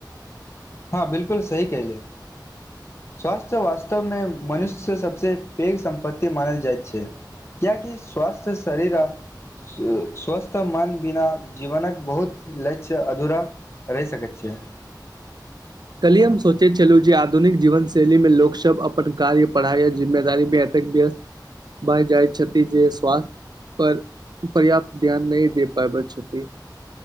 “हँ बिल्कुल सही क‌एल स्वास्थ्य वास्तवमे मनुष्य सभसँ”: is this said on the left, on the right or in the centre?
Left